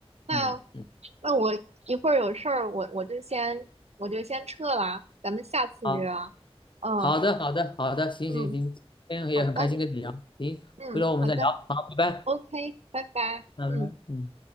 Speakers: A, on the right; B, on the left.
A: 那
B: 嗯嗯。
A: 那我一会儿有事儿，我我就先我就先撤了，咱们下次约啊。
B: 好。
A: 嗯
B: 好的，好的，好的，行行行，
A: 嗯，
B: 今天也很开心跟你聊，
A: 好的，
B: 行，
A: 嗯好的
B: 回头我们再聊，好，拜拜，
A: ，OK，拜拜，
B: 拜拜，
A: 嗯。
B: 嗯。